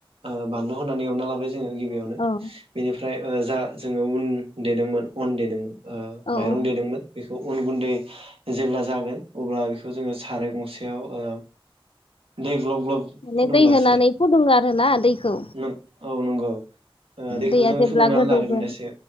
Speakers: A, on the right; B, on the left.
A: ओ बानलु होनानै एवना लाबाय जोङो गिबियावनो‌
B: औ
A: बेनिफ्राय जा जोङो उन देदोंमोन अन देदोंमोन ओ
B: औ
A: माइरं
B: औ
A: देदोंमोन बेखौ अन गुन्दै जेब्ला जागोन अब्ला बेखौ जोङो साराय गंसेयाव ओ दै ग्ल'ब ग्ल'ब
B: माने
A: फुदुंजासे
B: दै होनानै फुदुङो आरोना दैखौ
A: नों औ नंगौ। ओ दैखौ
B: दैया
A: जोङो
B: जेब्ला
A: फुदुंनान
B: गोदौगोन
A: लाग्रोनोसै।